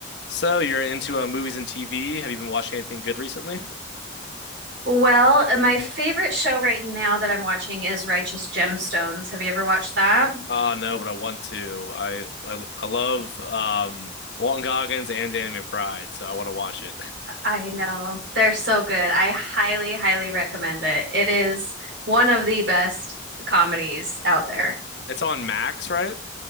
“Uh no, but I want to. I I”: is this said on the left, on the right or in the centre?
Left